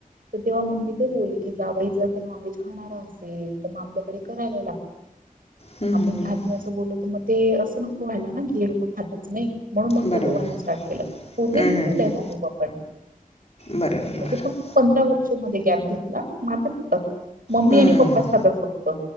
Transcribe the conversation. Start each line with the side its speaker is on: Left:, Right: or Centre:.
Right: तर तेव्हा मम्मी तेच बोलली, की जावई जर का नॉनव्हेज खाणारा असेल तर मग आपल्याकडे करायला लाग.
Left: हम्म
Right: आपण
Left: हम्म हम्म.
Right: खात नाही असं बोलल तर मग ते असं नक. व्हायला ना कि हे लोकं खातच नाही,, म्हणून मग
Left: बरं
Right: त्या दोघांनी
Left: बरं.
Right: स्टार्ट केलं,, पूर्वी
Left: हम्म
Right: खाल्लेलं
Left: हम्म.
Right: आहे मम्मी पप्पांनी.
Left: बरं बरं
Right: <unintelligible>
Left: बरं.
Right: गॅप घेतला, म आता खातात, मम्मी
Left: हम्म
Right: आणि पप्पा खातात फक्त.